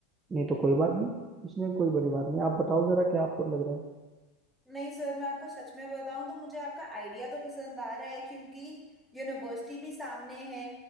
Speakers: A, on the right; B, in the centre.
A: नहीं तो कोई बात नहीं इसमें कोई बड़ी बात नहीं आप बताओ जरा क्या आपको लग रहा है
B: नहीं सर मैं आपको सच में बताऊं तो मुझे आपका आइडिया तो पसंद आ रहा है क्योंकि यूनिवर्सिटी भी सामने है